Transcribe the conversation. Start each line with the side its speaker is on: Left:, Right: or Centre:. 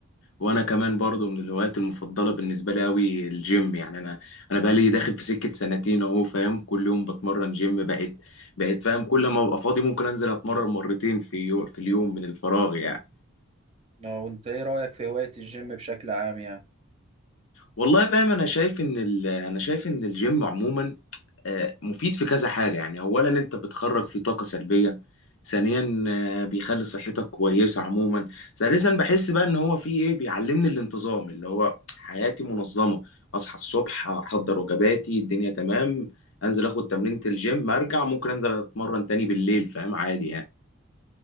Left: وانا كمان برضو من الهوايات المفضله بالنسبه لي قوي الجيم يعني انا انا بقى لي داخل في سكه سنتين اهو فاهم كل يوم بتمرن جيم بقيت بقيت فاهم كل ما ابقى فاضي ممكن انزل اتمرن مرتين في يو... في اليوم من الفراغ يعني
Right: اه وانت ايه رايك في هوايه الجيم بشكل عام يعني
Left: والله فاهم انا شايف ان ال... انا شايف ان الجيم عموما آه، مفيد في كذا حاجة يعني أولا أنت بتخرج فيه طاقة سلبية ثانيا آه، بيخلي صحتك كويسة عموما ثالثا بحس بقى إن هو فيه إيه بيعلمني الانتظام اللي هو حياتي منظمة أصحى الصبح أحضر وجباتي الدنيا تمام أنزل آخد تمرينة الجيم أرجع ممكن أنزل أتمرن تاني بالليل فاهم عادي يعني